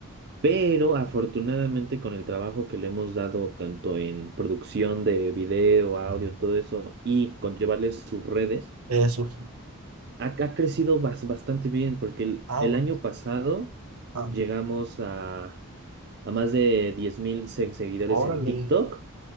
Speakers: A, on the right; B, on the right.
A: Pero afortunadamente con el trabajo que le hemos dado tanto en producción de video, audio, todo eso, y con llevarles sus redes,
B: Eso.
A: ha, ha crecido bas- bastante bien, porque el,
B: Ah,
A: el
B: bueno.
A: año pasado
B: Ah,
A: llegamos a, a más de 10.000 se- seguidores
B: órale.
A: en TikTok,